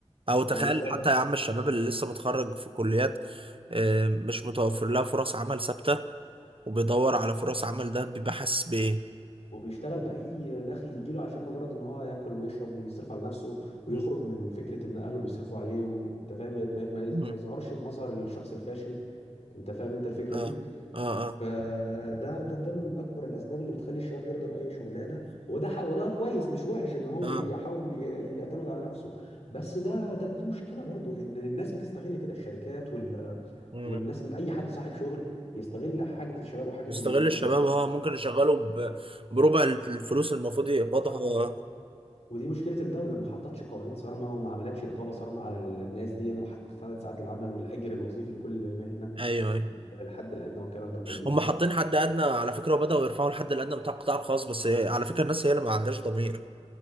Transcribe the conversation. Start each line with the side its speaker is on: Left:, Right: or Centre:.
Right: او
Left: يعني
Right: تخيل
Left: مثلا
Right: حتى يا عم الشباب اللي لسه متخرج في كليات آه، مش متوفر لها فرص عمل ثابته وبيدور على فرص عمل ده بيبقى حاسس بايه
Left: وبيشتغل بأي دخل يجيله عشان مجرد ان هو ياكل ويشرب ويصرف على نفسه ويخرج
Right: مم.
Left: من فكرة ان اهله بيصرفوا عليه وانت فاهم ما ما- ما-
Right: مم.
Left: ما يظهرش بمظهر الشخص الفاشل انت فاهم انت الفكرة
Right: اه
Left: دي
Right: اه اه
Left: فده ده ده من اكبر الاسباب اللي بتخلي الشباب يرضى بأي شغلانه وده ح- وده كويس مش وحش ان هو
Right: اه
Left: يحاول ي- يعتمد على نفسه بس ده ده دي مشكلة برضو ان الناس بتستغل كده الشركات وال
Right: مم.
Left: والناس اللي اي حد صاحب شغل بيستغل حاجه الشباب وحاجه
Right: بيستغل
Left: النا-
Right: الشباب اه ممكن يشغله ب- بربع الفلوس المفروض يقبضها
Left: اه ودي مشكله الدوله ما حطتش قوانين صارمه وما عملتش رقابه صارمه على الناس دي وحددت عدد ساعات العمل والاجر الوظيفي لكل مهنه
Right: ايوه ايوه
Left: والحد الادنى والكلام ده كله
Right: هم حاطين حد ادنى على فكره وبداوا يرفعوا الحد الادنى بتاع القطاع الخاص بس على فكره الناس هي اللي ما عندهاش ضمير